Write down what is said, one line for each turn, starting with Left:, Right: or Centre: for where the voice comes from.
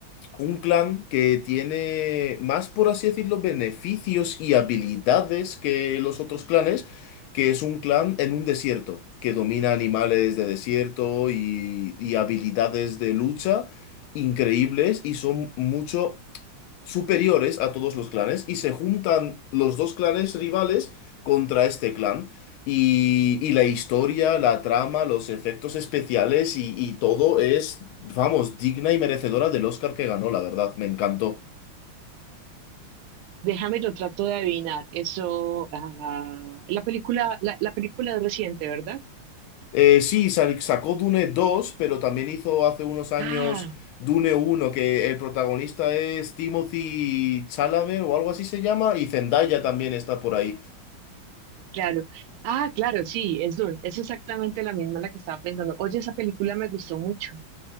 Left: un clan que tiene más, por así decirlo, beneficios y habilidades que los otros clanes, que es un clan en un desierto, que domina animales de desierto y, y habilidades de lucha increíbles y son mucho superiores a todos los clanes y se juntan los dos clanes rivales contra este clan. Y, y la historia, la trama, los efectos especiales y, y todo es, vamos, digna y merecedora del Oscar que ganó, la verdad, me encantó.
Right: Déjame, lo trato de adivinar. Eso, ah, la película, la, la película es reciente, ¿verdad?
Left: Eh, sí, sa- sacó Dune dos pero también hizo hace unos años
Right: Ah,
Left: Dune uno que el protagonista es Timothy Chalamet o algo así se llama, y Zendaya también está por ahí.
Right: claro. Ah, claro, sí, es Dune. Es exactamente la misma la que estaba pensando. Oye, esa película me gustó mucho.